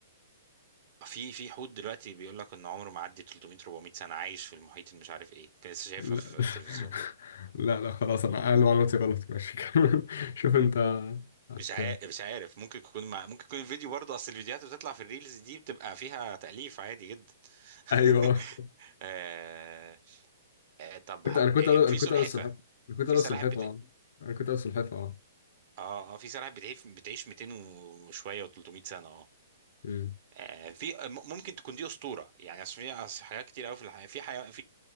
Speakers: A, on the right (about 45°); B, on the left (about 60°).
A: في في حوت دلوقتي بيقول لك ان عمره معدي 300 400 سنه عايش في المحيط اللي مش عارف ايه كنت لسه شايفها
B: لا
A: في التلفزيون
B: <laughs> لا لا خلاص أنا أنا معلوماتي غلط ماشي كمل <laughs> شوف أنت هت...
A: مش عارف مش عارف ممكن يكون مع... ممكن يكون الفيديو برضه اصل الفيديوهات اللي بتطلع في الريلز دي بتبقى فيها تأليف عادي جدا
B: أيوه
A: <laughs> آه... آه... طب
B: كنت
A: ه...
B: أنا كنت
A: آه،
B: أقول-
A: في
B: أنا كنت
A: سلحفه
B: أقول السلحفاة أنا كنت
A: في
B: أقول
A: سلاحف
B: السلحفاة
A: بت...
B: أه. أنا كنت أقول السلحفاة أه
A: اه اه في سلاحف بتعيش بتعيش 200 وشويه و300 سنه اه
B: أمم.
A: آه، في آه، م- ممكن تكون دي اسطوره يعني اصل في أصل حاجات كتير قوي في الحياه في حياه في